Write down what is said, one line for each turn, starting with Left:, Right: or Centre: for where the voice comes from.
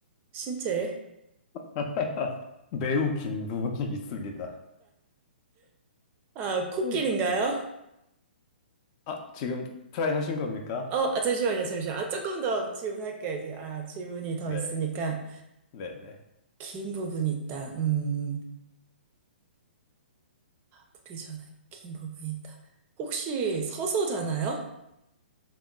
Right: 신체에?
Left: <laughs> 매우 긴 부분이 있습니다.
Right: 아, 코끼리인가요?
Left: 음. 아, 지금 트라이 하신 겁니까?
Right: 어, 아, 잠시만요, 잠시만요. 아, 조금 더 질문할게요, 이제. 아, 질문이 더
Left: 네,
Right: 있으니까.
Left: 네, 네.
Right: 긴 부분이 있다. 음. 뿌리잖아요. 긴 부분이 있다. 혹시 서서잖아요?